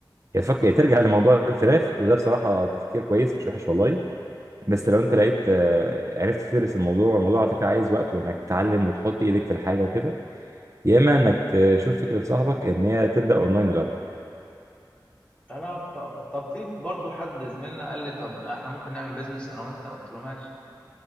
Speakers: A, on the right; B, on the left.
A: يا تفكر يا ترجع لموضوع الفراخ وده بصراحه تفكير كويس مش وحش والله بس لو انت لقيت آه، عرفت تدرس الموضوع والموضوع على فكره عايز وقت وانك تتعلم وتحط ايدك في الحاجه وكده يا اما انك تشوف فكره صاحبك ان هي تبدا اونلاين الاول
B: انا ف... طب في برضه حد زميلنا قال لي طب احنا ممكن نعمل بيزنس انا وانت قلت له ماشي